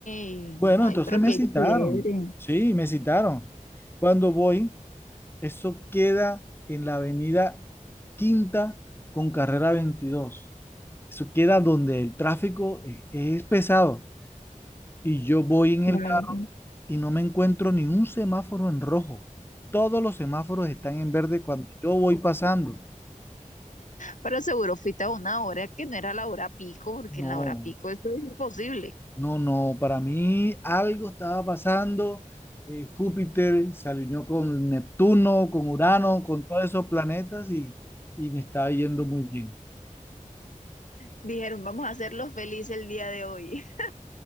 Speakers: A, on the left (about 65°); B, on the left (about 15°).
A: Ay,
B: Bueno, entonces
A: pero
B: me
A: qué
B: citaron.
A: chévere.
B: Sí, me citaron. Cuando voy, eso queda en la avenida Quinta con carrera veintidós Eso queda donde el tráfico es, es pesado. Y yo voy en
A: Claro.
B: el y no me encuentro ni un semáforo en rojo. Todos los semáforos están en verde cuando yo voy pasando.
A: Pero seguro fuiste a una hora que no era la hora pico, porque
B: No,
A: en la hora pico esto es imposible.
B: no, no. Para mí algo estaba pasando. Eh, Júpiter se alineó con Neptuno, con Urano, con todos esos planetas y, y me estaba yendo muy bien.
A: Dijeron, vamos a hacerlos felices el día de hoy. <laughs>